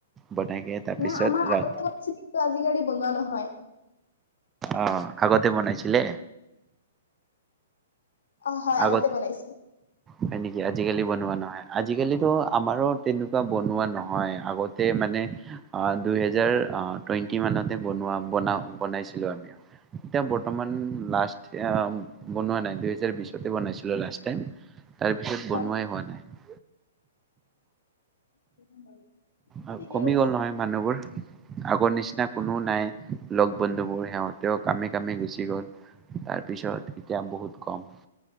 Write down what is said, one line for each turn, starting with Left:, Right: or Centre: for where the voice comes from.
Right: বনাইকে তাৰপিছত
Left: নাই আমাৰ
Right: ৰাতি
Left: আগতে <unintelligible> আজিকালি বনোৱা নহয়।
Right: অহ, আগতে বনাইছিলে?
Left: অ হয়
Right: আগত
Left: আগতে বনাইছিল ন
Right: হয় নেকি? আজিকালি বনোৱা না আজিকালি ত আমাৰো তেনে বনোৱা নহয়, আগতে মানে আহ দুই হেজাৰ আহ টুৱেন্টি মানতে বনোৱা ব বনাইছিলো আমি এতিয়া বৰ্তমান লাষ্ট বনোৱা নাই দুহেজাৰ বিশ বনাইছিলো লাষ্ট টাইম। তাৰপিছত বনোৱাই
Left: হয়।
Right: হোৱা নাই।
Left: <inaudible>
Right: আৰু
Left: ঠিকেই
Right: কমি
Left: কৈছা
Right: গ'ল নহয় মানুহবোৰ। আগৰ নিচিনা কোনো নাই, লগ বন্ধুবোৰ সিহতে কামে-কামে গুচি গ'ল তাৰপিছত এতিয়া বহুত কম।